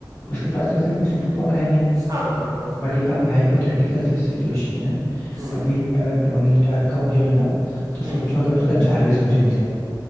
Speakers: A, on the left (about 35°); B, on the right (about 50°).
A: उसके पास तो वैसे कोई सुपर पावर है नहीं
B: हाँ हाँ हाँ
A: बट ये काफी हाइपोथेटिकल सी सिचुएशन है
B: हम्म
A: अभी अगर टोनी स्टार्क का मुझे मिलना हो तो सोचो
B: हम्म
A: अगर उसका जारविस मुझे मिल जाए